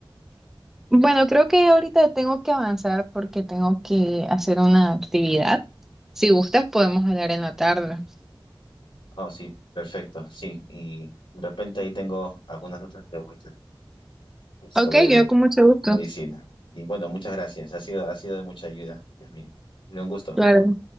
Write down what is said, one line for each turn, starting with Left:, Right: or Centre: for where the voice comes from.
Centre: Bueno, creo que ahorita tengo que avanzar porque tengo que hacer una actividad. Si gustas, podemos hablar en la tarde.
Left: Oh, sí, perfecto, sí. Y de repente ahí tengo algunas otras preguntas sobre
Centre: Ok, yo con mucho gusto.
Left: medicina. Y bueno, muchas gracias. Ha sido, ha sido de mucha ayuda, Yasmin. Ha sido un gusto.
Centre: Claro.